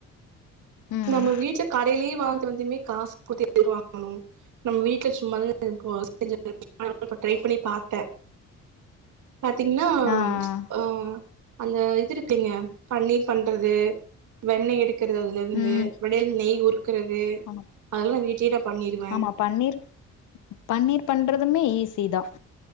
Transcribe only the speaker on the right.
நம்ம வீட்ல கடைலயே வாங்குறது வந்துமே காசு குடுத்து ஏன் வாங்கணும் நம்ம வீட்ல சும்மா இருக்கொம்னு <inaudible> ட்ரை பண்ணி பாத்தன் பாத்திங்கனா
ம் அந்த இது இருக்குங்க பன்னீர் பண்றது வெண்ணெய் எடுக்கிறது அதுல இருந்து
விடையல நெய் உறுக்குறது
அதெலாம் வீட்லயே நா பண்ணிருவேன்